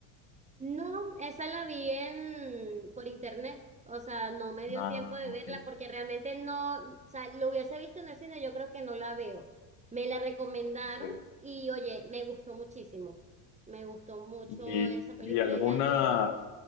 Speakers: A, on the right; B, on the left.
A: No, esa la vi en, por internet, o sea, no me dio
B: Ah,
A: tiempo de verla
B: ok.
A: porque realmente no, o sea, lo hubiese visto en el cine, yo creo que no la veo. Me la recomendaron
B: ok.
A: y oye, me gustó muchísimo. Me gustó mucho
B: ¿Y,
A: esa película
B: y alguna,
A: y dije, ay, mira,